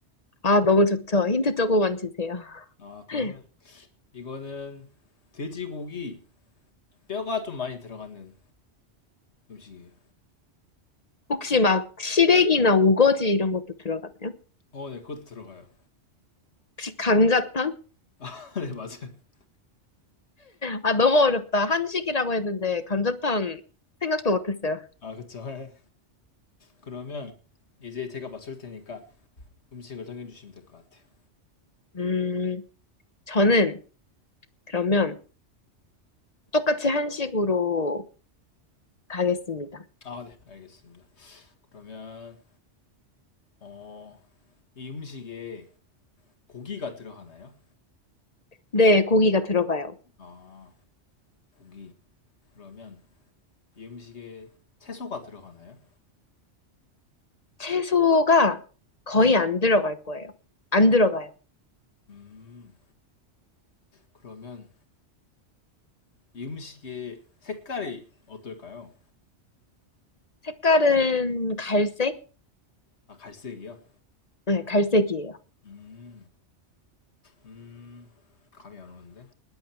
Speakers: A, on the left; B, on the left.
A: 어, 아 너무 좋죠. 힌트 조금만 주세요.
B: 아,
A: <laughs>
B: 그러면, 이거는, 돼지고기, 뼈가 좀 많이 들어가는 음식이에요.
A: 혹시 막 시래기나 우거지 이런 것도 들어가나요?
B: 어, 네, 그것도 들어가요.
A: 혹시 감자탕?
B: <laughs> 아, 네, 맞아요.
A: 아 너무 어렵다. 한식이라고 했는데 감자탕 생각도 못했어요.
B: 아, 그쵸. 네. 그러면, 이제 제가 맞출 테니까, 음식을 정해주시면 될 것 같아요.
A: 음 저는 그러면 똑같이 한식으로 가겠습니다.
B: 아, 네, 알겠습니다. 그러면, 어, 이 음식에 고기가 들어가나요?
A: 네, 고기가 들어가요.
B: 아, 고기. 그러면 이 음식에 채소가 들어가나요?
A: 채소가 거의 안 들어갈 거예요. 안 들어가요.
B: 음, 그러면 이 음식의 색깔이 어떨까요?
A: 색깔은 갈색?
B: 아, 갈색이요?
A: 네, 갈색이에요.
B: 음, 음, 감이 안 오는데?